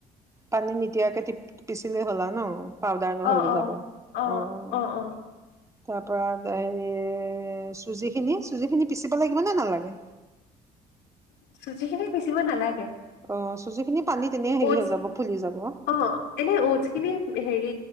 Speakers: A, on the right; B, on the left.
A: পানী মিদিয়াকে পিচিলে হ'লা ন পাউদাৰ ন
B: অ অ
A: হৈ গ যাব
B: অ
A: অঁ
B: অ অ
A: তাৰ পৰা হেৰি চুজি খিনি চুজি খিনি পিচিব লাগিব নে নালাগে
B: চুজিখিনি চ নালাগে
A: আহ চুজি খিনি পানী তেনে হেৰি
B: অটছ
A: হৈ যাব ফুলি যাব
B: অ এনে অটছ খিনি হেৰি